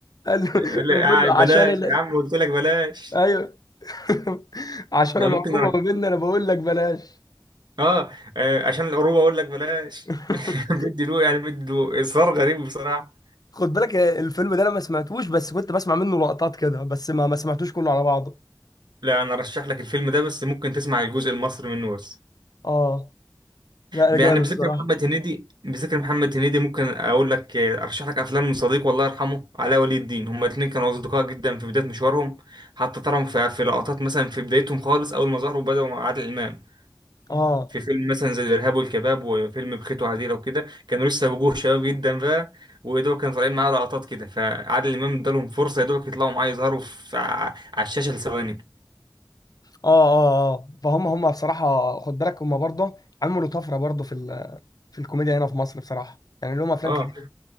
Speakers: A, on the left (about 60°); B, on the right (about 80°).
A: قال له
B: لا،
A: كان بيقول له
B: آه، بلاش
A: عشان ال...
B: يا عم قلت لك بلاش
A: ايوه <laughs> عشان
B: انا
A: العقوبه
B: ممكن
A: ما بيننا انا بقول لك بلاش
B: اه آه، عشان القروبه اقول لك بلاش
A: <laughs>
B: <laughs> بدي له يعني بدي له اصرار غريب بصراحه
A: خد بالك آه، الفيلم ده انا ما سمعتوش بس كنت بسمع منه لقطات كده بس ما ما سمعتوش كله على بعضه
B: لا انا ارشح لك الفيلم ده بس ممكن تسمع الجزء المصري منه بس
A: اه لا لا
B: يعني
A: جامد
B: بذكر
A: بصراحه
B: محمد هنيدي بذكر محمد هنيدي ممكن اقول لك آه، ارشح لك افلام من صديق والله يرحمه علاء ولي الدين هما الاثنين كانوا اصدقاء جدا في بدايه مشوارهم حتى ترهم في في لقطات مثلا في بدايتهم خالص اول ما ظهروا بدأوا مع عادل امام
A: اه
B: في فيلم مثلا زي الإرهاب والكباب وفيلم بخيت وعديلة وكده كانوا لسه وجوه شباب جدا بقى ودول كانوا طالعين معاه لقطات كده فعادل إمام ادالهم فرصة يا دوبك يطلعوا معاه يظهروا في ع- على الشاشة لثواني
A: اه اه اه فهم هم بصراحه خد بالك هم برضه عملوا طفره برضه في ال... في الكوميديا هنا في مصر بصراحه يعني لهم افلام
B: اه
A: كتير